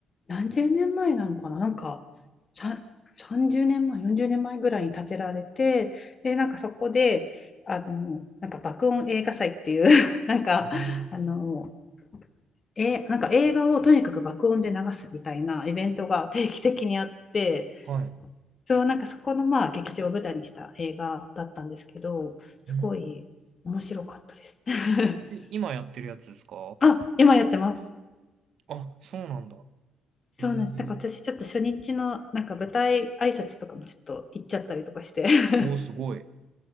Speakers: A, on the left; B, on the right.
A: 何十年前なのかななんかささん30年前40年前ぐらいに建てられてでなんかそこであのなんか爆音映画祭っていう <laughs> なんかあの
B: えー、
A: えなんか映画をとにかく爆音で流すみたいなイベントが定期的にあって。
B: はい。
A: そう、なんかそこのまあ劇場を舞台にした映画だったんですけど、すごい面白かったです。
B: ん
A: <laughs>
B: え、今やってるやつですか
A: あ、今やってます。
B: あ、そうなんだ。
A: そうなんです。
B: えー、
A: なんか私ちょっと初日のなんか舞台挨拶とかもちょっと行っちゃったりとかして、<laughs>
B: おー、すごい。